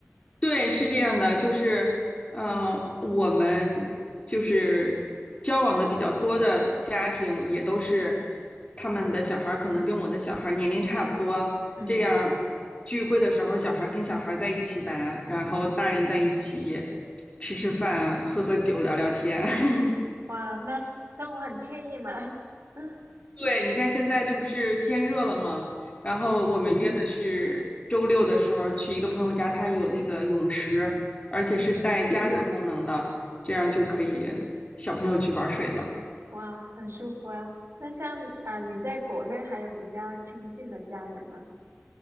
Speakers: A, on the left; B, on the right.
A: 对，是这样的，就是，嗯、我们就是交往的比较多的家庭，也都是他们的小孩儿可能跟我的小孩儿年龄差不多，
B: 嗯，
A: 这样儿聚会的时候，小孩儿跟小孩儿在一起玩，然后大人在一起吃吃饭、喝喝酒、聊聊天。<laughs>
B: 哇，那是生活很惬意嘛。<laughs>
A: 对，你看现在这不是天热了吗？然后我们约的是周六的时候去一个朋友家，
B: 嗯
A: 他有那个泳池，而且是带加热功能的，
B: 嗯，
A: 这样就可以小朋友去玩水了。
B: 哇，很舒服啊。那像啊、呃你在国内还有比较亲近的家人吗？